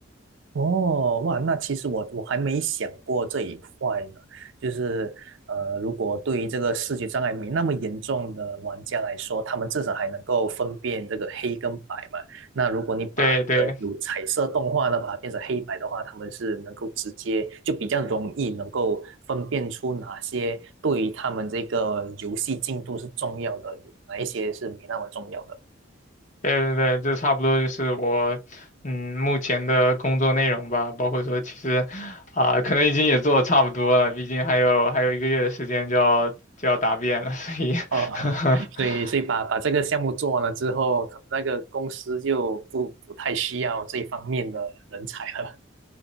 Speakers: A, on the right; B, on the left.
A: 哦，哇，那其实我我还没想过这一块呢，就是呃，如果对于这个视觉障碍没那么严重的玩家来说，他们至少还能够分辨这个黑跟白嘛。那如果你把呃有彩色动画的把它变成黑白的话，
B: 对对
A: 他们是能够直接就比较容易能够分辨出哪些对于他们这个游戏进度是重要的，有哪一些是没那么重要的。
B: 对对对，这差不多就是我嗯目前的工作内容吧，包括说其实啊、可能已经也做的差不多了，毕竟还有还有一个月的时间就要就要答辩了，所以
A: 哦，
B: <laughs>
A: <laughs> 所以所以把把这个项目做完了之后，可能那个公司就不不太需要这一方面的人才了。